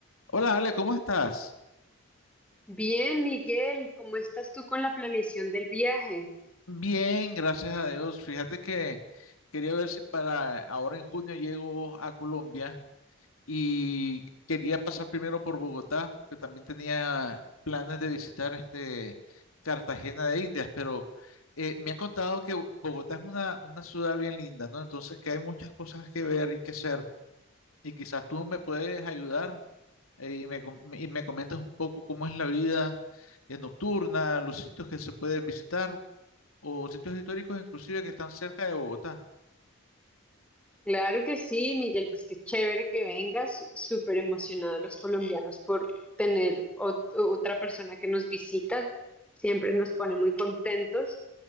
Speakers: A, on the left; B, in the centre.
A: Hola Ale, ¿cómo estás?
B: Bien, Miguel, ¿cómo estás tú con la planeación del viaje?
A: Bien, gracias a Dios. Fíjate que quería ver si para ahora en junio llego a Colombia y quería pasar primero por Bogotá, que también tenía planes de visitar este Cartagena de Indias, pero eh, me han contado que Bogotá es una, una ciudad bien linda, ¿no? Entonces que hay muchas cosas que ver y que hacer y quizás tú me puedes ayudar eh, y me, com- y me comentas un poco cómo es la vida eh, nocturna, los sitios que se pueden visitar. o sitios históricos inclusive que están cerca de Bogotá.
B: Claro que sí, Miguel, pues qué chévere que vengas, súper emocionados los colombianos por tener ot- otra persona que nos visita, siempre nos pone muy contentos.